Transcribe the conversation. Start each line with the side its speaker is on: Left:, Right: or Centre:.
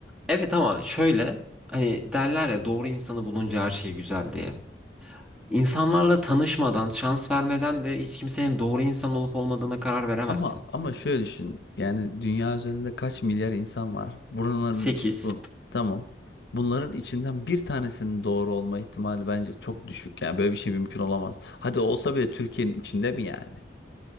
Centre: Evet ama şöyle hani derler ya doğru insanı bulunca her şey güzel diye. İnsanlarla tanışmadan, şans vermeden de hiç kimsenin doğru insan olup olmadığına karar veremezsin.
Left: Ama ama şöyle düşün. Yani dünya üzerinde kaç milyar insan var? Bunların
Centre: 8.
Left: için bu tamam. Bunların içinden bir tanesinin doğru olma ihtimali bence çok düşük. Yani böyle bir şey mümkün olamaz. Hadi olsa bile Türkiye'nin içinde mi yani?